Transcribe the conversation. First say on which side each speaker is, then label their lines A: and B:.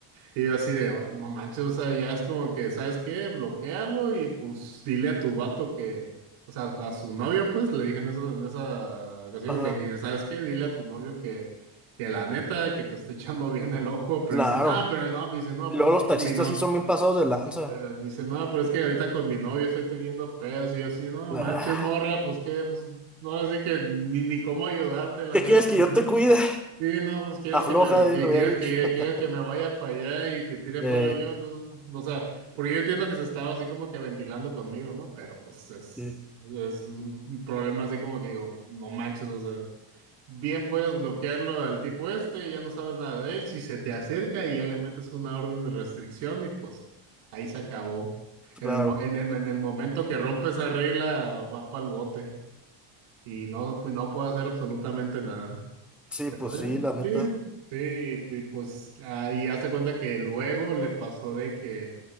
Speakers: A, on the right; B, in the centre.
A: Y yo así de, "Oh, no manches, o sea, ya es como que, ¿sabes qué? Bloquéalo y pues dile a tu vato que, o sea, a su novio, pues le dije en eso, en esa ocasión,
B: Ajá,
A: le dije, ¿sabes qué? Dile a tu novio que, que la neta, que te está echando bien el ojo, pero
B: claro.
A: dice, no, pero no, pero dice, no,
B: Y
A: pero
B: luego
A: es
B: los
A: que con
B: taxistas
A: mi no,
B: sí son bien pasados de lanza.
A: pero dice, no, pero es que ahorita con mi novio estoy teniendo pedos y yo así, no
B: Ah,
A: manches, morra, pues qué, pues, no, ahora sí que ni, ni cómo ayudarte, la
B: ¿Qué
A: neta,
B: quieres que
A: o
B: yo
A: sea.
B: te cuide?
A: Sí, no, pues quieres
B: Afloja,
A: que me, que-
B: eh, lo
A: quieres
B: había dicho.
A: que,
B: <laughs>
A: quieres que me vaya para allá y te tire
B: Eh,
A: paro yo, entonces, o sea, porque yo entiendo que se estaba así como que ventilando conmigo, ¿no? Pero pues es,
B: sí,
A: es un problema así como que digo, no manches, o sea, bien puedes bloquearlo al tipo este, ya no sabes nada de él, si se te acerca y ya le metes una orden de restricción y pues ahí se acabó. En
B: claro.
A: el, mo- en el, en el momento que rompe esa regla, va para el bote y no, pues no puede hacer absolutamente nada.
B: Sí,
A: Pero
B: pues
A: sí,
B: sí, la neta.
A: sí, sí, y, y pues ahí hazte cuenta que luego le pasó de que